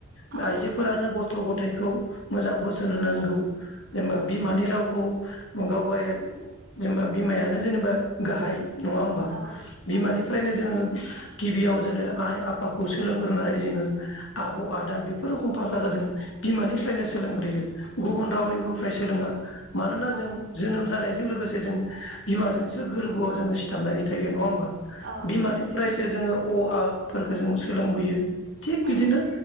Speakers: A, on the left; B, on the right.
A: बा
B: औ
A: आइजोफोरानो गथ' गथाय खौ मोजां बो- सोन होनांगौ। जेनेबा
B: औ
A: बिमानि रावखौ गावगाय जेनेबा बिमायानो जेनेबा गाहाय नङा होमबा
B: औ
A: बिमानिफ्रायनो
B: औ
A: जोङो गिबियाव जो आइ आफाखौ सोलोंग्रोनानै जोङो आब' आदा बेफोर रोखम भासाखौ जों बिमानिफ्रायनो सोलोंग्रोयो गुबुन रावनिबो
B: औ
A: फ्राय सोलोङा। मानोना
B: औ
A: जों जोनोम जानाय बेजों लोगोसे जों बिमाजोंसो गोरबोआव जोङो सिथाबनानै थायो नङा होमबा।
B: औ नंगौ
A: बिमानिफ्रायसो जोङो औ आ फोरखौ जों सोलोंबोयो थिग
B: औ
A: बिदिनो